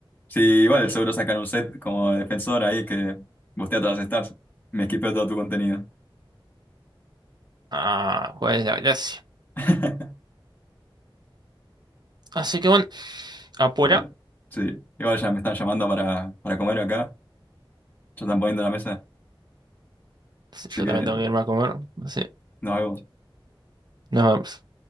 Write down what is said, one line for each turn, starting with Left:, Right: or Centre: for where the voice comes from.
Left: Sí, igual, seguro sacan un set como de defensor ahí que bustea todas las stars. Me esquipeo todo tu contenido.
Right: Ah, Juárez de la Galaxia.
Left: <laughs>
Right: Así que bueno, apura.
Left: Bueno, sí. Igual ya me están llamando para, para comer acá. Ya están poniendo la mesa.
Right: Sí,
Left: Así
Right: Yo
Left: que
Right: también tengo que irme a comer. Así,
Left: nos vemos.
Right: nos vemos.